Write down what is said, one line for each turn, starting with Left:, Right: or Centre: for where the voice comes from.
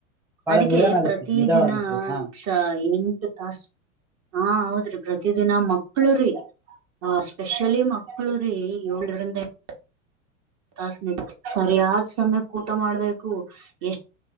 Centre: ಬಹಳ
Right: ಅದುಕೆ
Centre: ನಿಧಾನ ಆಗತ್ರಿ
Right: ಪ್ರತಿ
Centre: ನಿಧಾಳ
Right: ದಿನ
Centre: ಆಗತ್ರಿ ಹಾ
Right: ಚ ಎಂಟ್ ತಾಸ್ ಹಾಂ ಹೌದ್ರಿ ಪ್ರತಿದಿನ ಮಕ್ಳುರೀ ಆ ಸ್ಪೆಷಲಿ ಮಕ್ಳುರಿ ಯೋಳ್ರಿಂದ ಎಂಟ್ ತಾಸ <unintelligible> ಸರಿಯಾದ್ ಸಮ್ಯುಕ್ ಊಟ ಮಾಡ್ಬೇಕು ಎಷ್